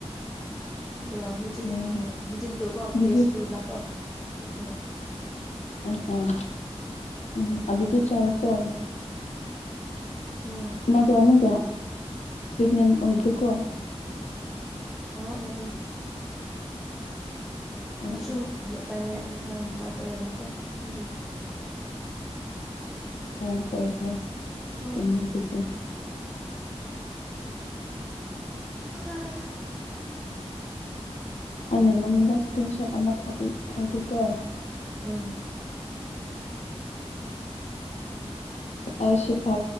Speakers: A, in the centre; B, on the left.
A: ꯑꯗꯨꯒ ꯍꯧꯖꯤꯛ
B: ꯑꯣ
A: ꯎꯝ ꯍꯧꯖꯤꯛꯇꯗꯣꯀꯣ
B: ꯑꯗꯨꯗꯤ
A: ꯄ꯭ꯂꯦ ꯁ꯭ꯀꯨꯜꯗꯀꯣ ꯆꯠꯀꯕ
B: ꯎꯝ ꯎꯝ ꯎꯝ ꯑꯗꯨꯗꯤ ꯆꯥꯔꯀꯣ
A: ꯎꯝ ꯎꯝ
B: ꯃꯗꯣ ꯑꯃꯒ ꯄ꯭ꯔꯦꯒꯅꯦꯟ ꯑꯣꯏꯗꯦꯀꯣ
A: ꯑꯣ ꯌꯥꯗꯦ
B: ꯑꯣ
A: ꯃꯁꯨꯒ ꯐꯥꯏꯅꯦꯜ ꯑꯦꯛꯖꯥꯝꯒꯨꯝꯕ ꯇꯣꯏꯑꯦꯅꯀꯣ ꯑꯗꯨꯒꯤ
B: ꯑꯣ ꯍ ꯍ
A: ꯑꯣ
B: ꯆ ꯀꯁꯨ
A: ꯍꯣꯏ
B: ꯑꯅ ꯃꯉꯣꯟꯗ ꯏꯁꯀ꯭ꯔꯤꯟ ꯁꯣꯠ ꯑꯃ ꯊꯥꯒꯦꯀꯣ
A: ꯑꯝ
B: ꯑꯩ ꯁꯤ ꯐ